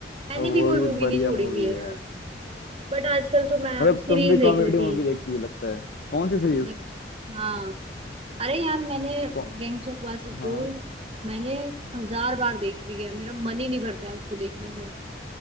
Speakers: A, on the right; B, on the left.
A: मैंने
B: वो
A: भी कोई
B: भी
A: मूवी
B: बढ़िया
A: नहीं छोड़ी
B: मूवी
A: हुई है
B: है
A: यार
B: यार
A: बट आजकल तो मैं
B: मतलब
A: सीरीज
B: तुम भी कॉमेडी
A: देख रही थी
B: मूवी देखती है लगता है कौन सी सीरीज
A: मैं- हाँ अरे यार मैंने
B: कौन...
A: गैंग्स ऑफ वासेपुर
B: हाँ
A: मैंने हजार बार देख ली है मेरा मन ही नहीं भरता है उसको देखने से